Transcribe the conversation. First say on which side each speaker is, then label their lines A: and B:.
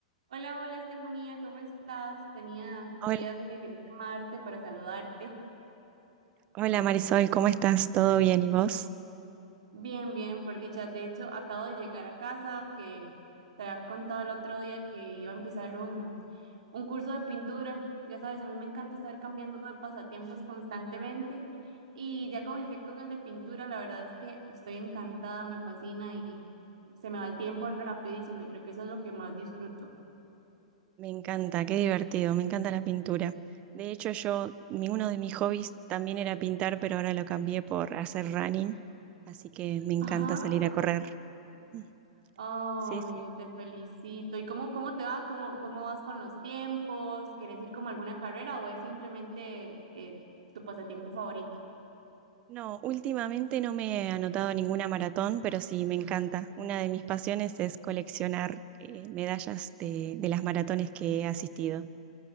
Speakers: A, on the right; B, on the right.
A: Hola, hola Estefanía, ¿cómo estás? Tenía
B: Hola,
A: días de que quería llamarte para saludarte.
B: hola, Marisol, ¿cómo estás? ¿Todo bien? ¿Y vos?
A: Bien, bien, por dicha. De hecho, acabo de llegar a casa, que te había contado el otro día que iba a empezar un, un curso de pintura. Ya sabes, a mí me encanta estar cambiando de pasatiempos constantemente y ya comencé con el de pintura. La verdad es que estoy encantada, me fascina y se me va el tiempo rapidísimo y creo que eso es lo que más disfruto.
B: Me encanta, qué divertido, me encanta la pintura. De hecho, yo, mi- uno de mis hobbies también era pintar, pero ahora lo cambié por hacer running, así que me encanta
A: Ajá.
B: salir a correr. <laughs>
A: Ay,
B: Sí, sí.
A: te felicito. ¿Y cómo, cómo te va? ¿Cómo, cómo vas con los tiempos? ¿Quieres ir como a alguna carrera o es simplemente eh, tu pasatiempo favorito?
B: No, últimamente no me he anotado a ninguna maratón, pero sí, me encanta. Una de mis pasiones es coleccionar eh, medallas de, de las maratones que he asistido.